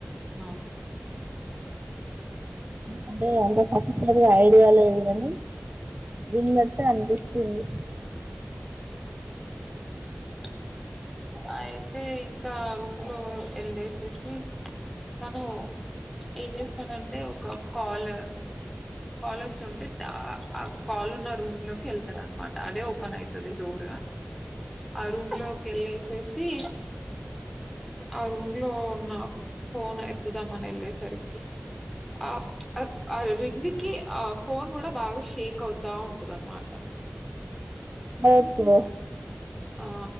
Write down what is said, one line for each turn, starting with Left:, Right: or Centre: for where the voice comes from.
Centre: అ
Right: అంటే అంత ఖచ్చితంగా ఐడియాల ఏ వినటే అనిపిస్తుంది
Centre: హ్మ్ అయితే ఇంకా రూమ్ లో వెళ్ళేసేసి తను ఏం చేస్తాడంటే ఒక కాల్ కాల్ వస్తుంటే ఆ కాల్ ఉన్న రూమ్ లోకి వెళ్తాడనమాట అదే ఓపెన్ అయితది డోర్ అ రమ్ంలోకెళ్ళసేసి ఆ రూమ్లో ఉన్నా ఫోన్ ఎత్తుదామానీ నెలే సరికి ఆ ఆ రింగ్ కి ఆ ఫోన్ కూడా బాగా షేక్ అవుతా ఉంటది అనమాట
Right: ఓకే బ
Centre: ఆ